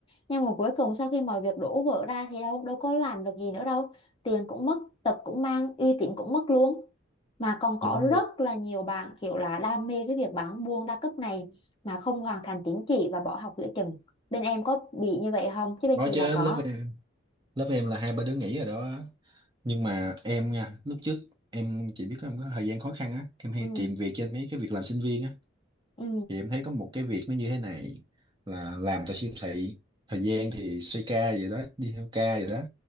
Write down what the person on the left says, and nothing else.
nhưng mà cuối cùng sau khi mọi việc đổ vỡ ra thì đâu đâu có làm được gì nữa đâu tiền cũng mất tật cũng mang uy tín cũng mất luôn mà còn có
rất là nhiều bạn kiểu là đam mê cái việc bán buôn đa cấp này mà không hoàn thành tín chỉ và bỏ học giữa chừng bên em có bị như vậy không chứ bên
chị
là có
ừ
ừ